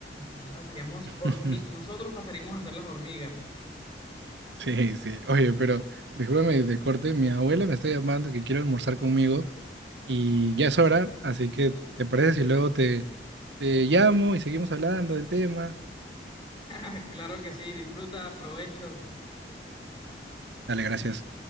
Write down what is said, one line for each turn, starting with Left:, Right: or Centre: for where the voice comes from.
Left: o sea, seríamos
Right: <laughs>
Left: hormigas, nosotros pasaríamos a ser las hormigas.
Right: Sí, sí. Oye, pero discúlpame de corte, mi abuela me está llamando que quiere almorzar conmigo y ya es hora, así que ¿te parece si luego te, te llamo y seguimos hablando del tema?
Left: <laughs> Claro que sí, disfruta, provecho.
Right: Dale, gracias.